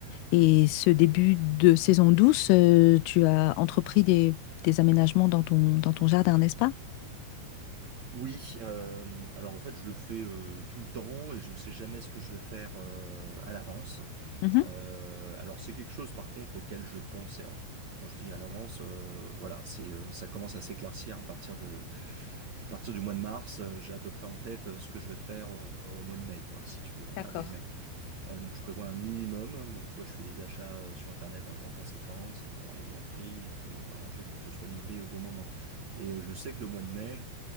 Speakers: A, on the left; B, on the right.
A: et ce début de saison douce, euh, tu as entrepris des, des aménagements dans ton, dans ton jardin, n'est-ce pas?
B: Oui, euh, alors en fait je le fais euh, tout le temps et je sais jamais ce que je vais faire euh, à l'avance.
A: Mhm.
B: Euh, alors c'est quelque chose par contre auquel je pense. Et alors, quand je dis à l'avance, euh, voilà, c'est euh, ça commence à s'éclaircir à partir de à partir du mois de mars. euh, j'ai à peu près en tête euh, ce que je vais faire euh, au mois de mai, quoi, si tu veux,
A: D'accord.
B: avril-mai. Euh, donc je prévois un minimum. Donc tu vois, je fais des achats euh, sur Internet un peu en conséquence pour avoir les meilleurs prix et puis euh, m'arranger pour que ce soit livré au bon moment. Et euh, je sais que le mois de mai